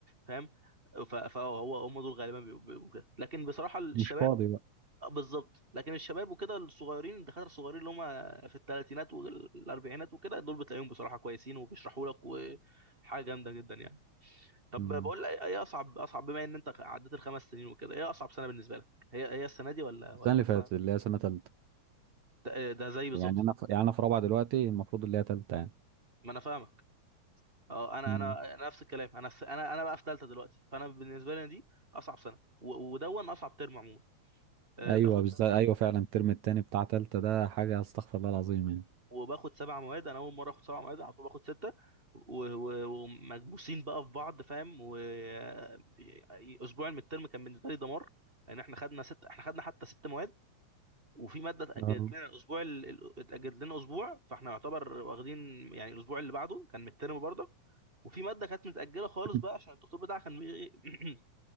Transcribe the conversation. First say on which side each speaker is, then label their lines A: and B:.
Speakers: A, on the right; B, on the right.
A: فاهم ف- فهو هم دول غالبا بيبقوا بيبقوا كده لكن بصراحه الشباب
B: مش فاضي بقى
A: آه، بالظبط لكن الشباب وكده الصغيرين الدكاتره الصغيرين اللي هم في الثلاثينات والاربعينات وكده دول بتلاقيهم بصراحه كويسين وبيشرحوا لك وحاجه جامده جدا يعني طب
B: مم.
A: بقول لك ايه اصعب اصعب بما ان انت عديت الخمس سنين وكده ايه اصعب سنه بالنسبه لك هي هي السنه دي ولا ولا
B: السنه اللي
A: كانت
B: فاتت
A: سنه
B: اللي هي سنه ثالثه
A: ده, ده زي بالظبط
B: يعني انا في يعني انا في رابعه دلوقتي المفروض اللي هي ثالثه
A: ما انا فاهمك اه انا
B: مم.
A: انا أنا نفس الكلام انا الس- انا انا بقى في ثالثه دلوقتي فانا بالنسبه لي دي اصعب سنه و- ودون اصعب ترم عموما آه،
B: ايوه
A: باخد
B: بالظبط
A: سبع
B: ايوه فعلا الترم التاني بتاع تالتة ده حاجة استغفر الله العظيم يعني
A: وباخد سبع مواد انا اول مره اخد سبع مواد على طول باخد سته و- و- ومكبوسين بقى في بعض فاهم واسبوع من الترم كان بالنسبه لي دمار لان يعني احنا خدنا ست احنا خدنا حتى ست مواد وفي ماده اتاجلت
B: اه
A: لنا الاسبوع ال- ال- اتاجلت لنا اسبوع فاحنا يعتبر واخدين يعني الاسبوع اللي بعده كان مترم برضه وفي ماده كانت متاجله خالص
B: <laughs>
A: بقى عشان الدكتور بتاعها كان بيغي... <clears throat>